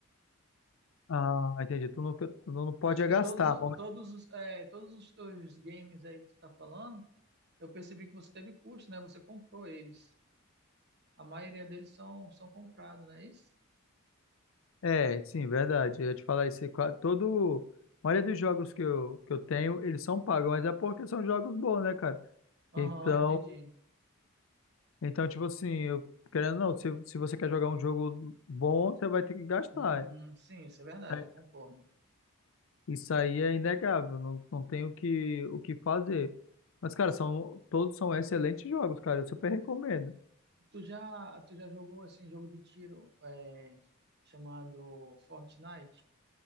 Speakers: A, on the left (about 65°); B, on the right (about 50°).
A: Ah, entendi. Tu não, tu não pode
B: Acho
A: é
B: que
A: gastar.
B: todos, o- todos os, é, todos os teus games aí que você tá falando, eu percebi que você teve custo, né? Você comprou eles. A maioria deles são, são comprados, não é isso?
A: É, sim, verdade. Eu ia te falar isso. qua- Todo, a maioria dos jogos que eu, que eu tenho, eles são pagos, mas é porque são jogos bons, né, cara?
B: Aham,
A: Então,
B: entendi.
A: então tipo assim, eu querendo ou não, se, se você quer jogar um jogo bom, você vai ter que gastar.
B: Uhum, sim, isso é verdade,
A: né?
B: eu concordo.
A: Isso aí é inegável, não, não tem o que, o que fazer. Mas, cara, são, todos são excelentes jogos, cara. Eu super recomendo.
B: Tu já, tu já jogou assim jogo de tiro é, chamado Fortnite?